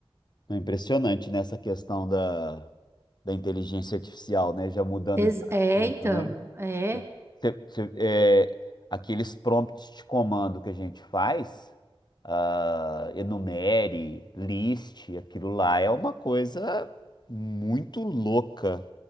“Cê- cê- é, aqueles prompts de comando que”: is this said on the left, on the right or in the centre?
Left